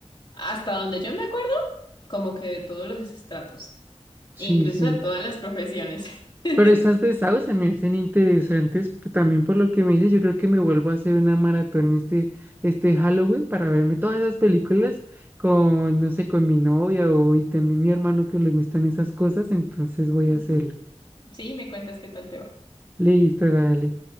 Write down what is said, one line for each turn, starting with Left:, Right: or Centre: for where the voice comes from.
Left: hasta donde yo me acuerdo, como que de todos los estratos,
Right: sí,
Left: incluso
Right: sí.
Left: de todas las profesiones. <laughs>
Right: Pero esas de Sao se me hacen interesantes, p- también por lo que me dices, yo creo que me vuelvo a hacer una maratón este, este Halloween para verme todas esas películas con, no sé, con mi novia o y también mi hermano que le gustan esas cosas, entonces voy
Left: Ujú.
Right: a hacerlo.
Left: Sí, me cuentas qué tal te va.
Right: Listo, dale.